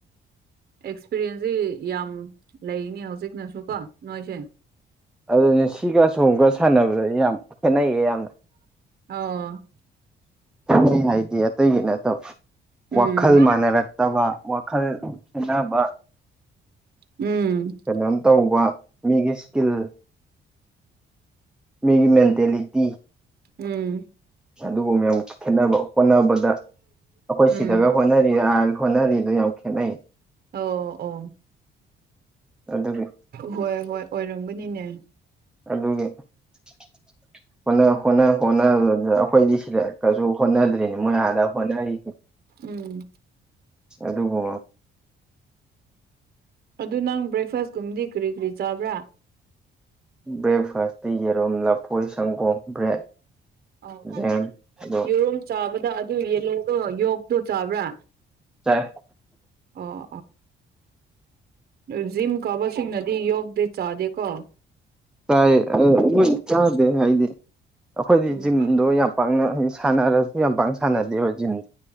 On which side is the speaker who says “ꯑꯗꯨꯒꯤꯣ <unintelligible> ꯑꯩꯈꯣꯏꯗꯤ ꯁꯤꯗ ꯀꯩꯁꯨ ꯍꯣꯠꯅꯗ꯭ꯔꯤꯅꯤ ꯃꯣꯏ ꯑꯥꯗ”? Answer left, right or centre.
Centre